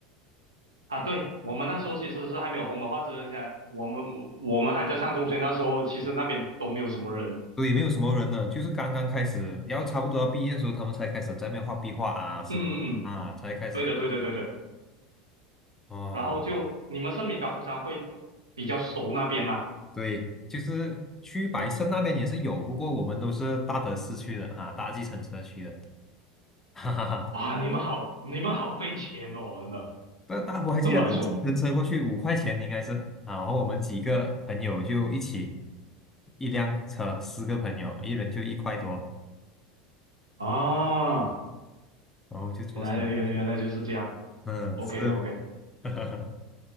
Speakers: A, on the right; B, on the left.
A: 啊，对，我们那时候其实是还没有红的话，真的想我们我们还在上中学那时候，其实那边都没有什么人的。
B: 对，没有什么人呢，就是刚刚开始，然后差不多要毕业的时候，他们才开始在那边画壁画啊，是不是啊？
A: 嗯嗯嗯，
B: 才开始
A: 对的对的对的。
B: 哦，
A: 然后就你们圣米高通常会比较熟那边啦。
B: 对，就是去白胜那边也是有，不过我们都是搭德市区的哈、搭计程车去的，<laughs> 哈哈哈。
A: 哇，你们好，你们好费钱哦，真的。
B: 搭搭我还记得搭计程车过去五块钱应该是啊，
A: 这么来说
B: 然后我们几个朋友就一起一辆车，四个朋友，一人就一块多，
A: 啊，
B: 然后就坐车上去，
A: 原来原原来就是这样。
B: 嗯，
A: OK
B: 是。
A: OK。
B: <laughs>